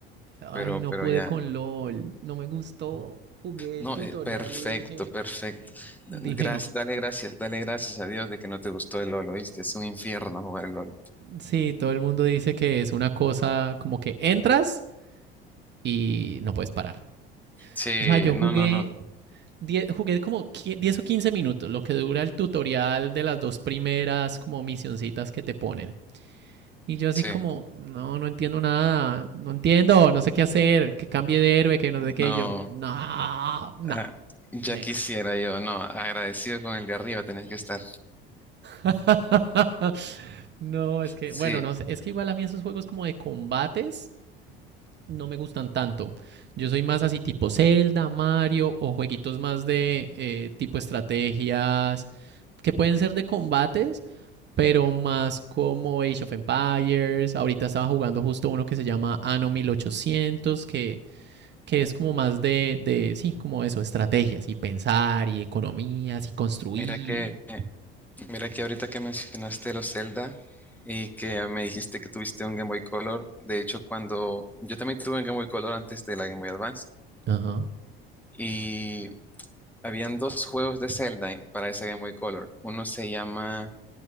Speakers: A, on the right (about 35°); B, in the centre.
A: Ay,
B: pero,
A: no
B: pero
A: pude
B: ya.
A: con LOL. No me gustó. Jugué
B: No,
A: el tutorial
B: eh, perfecto,
A: y dije,
B: perfecto. Gracias,
A: dije no.
B: dale gracias, dale gracias a Dios de que no te gustó el LOL, ¿oíste? Es un infierno jugar el LOL.
A: Sí, todo el mundo dice que es una cosa como que entras y no puedes parar.
B: Sí,
A: O sea, yo jugué
B: no, no, no,
A: 10, jugué como 10 o 15 minutos, lo que dura el tutorial de las dos primeras como misioncitas que te ponen. Y yo así
B: sí,
A: como, no, no entiendo nada, no entiendo, no sé qué hacer, que cambie de héroe, que no sé qué.
B: no.
A: Y yo, no, no,
B: Ah, ya
A: next.
B: quisiera yo, no, agradecido con el de arriba tenés que estar.
A: <laughs> no, es que,
B: Sí,
A: bueno, no sé, es que igual a mí esos juegos como de combates no me gustan tanto. Yo soy más así tipo Zelda, Mario o jueguitos más de eh, tipo estrategias que pueden ser de combates, pero más como Age of Empires. Ahorita estaba jugando justo uno que se llama Anno 1800, que, que es como más de, de, sí, como eso, estrategias y pensar y economías y construir
B: mira que,
A: y...
B: mira que ahorita que mencionaste los Zelda y que me dijiste que tuviste un Game Boy Color, de hecho cuando yo también tuve un Game Boy Color antes de la Game Boy Advance
A: Ajá.
B: y habían dos juegos de Zelda para esa Game Boy Color. Uno se llama